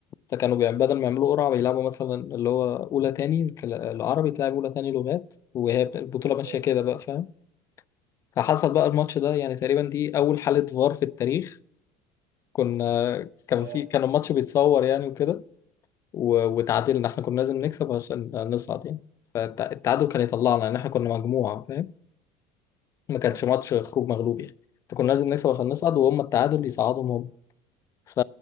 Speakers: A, on the left; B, on the right.
A: فكانوا بيع- بدل ما يعملوا قرعه بيلعبوا مثلا اللي هو اولى تاني تل- العربي تلعب اولى تاني لغات وهي بت- البطوله
B: اه
A: ماشيه
B: فاهم
A: كده بقى فاهم فحصل بقى الماتش ده يعني تقريبا دي اول حاله فار في التاريخ كنا كان
B: يا
A: في كان الماتش بيتصور يعني وكده و- وتعادلنا احنا كنا لازم نكسب عشان نصعد يعني فالتعادل كان يطلعنا لان احنا كنا مجموعه فاهم ما كانش
B: اه
A: ماتش خروج مغلوب يعني فكنا لازم نكسب عشان نصعد وهم التعادل يصعدهم هم ف...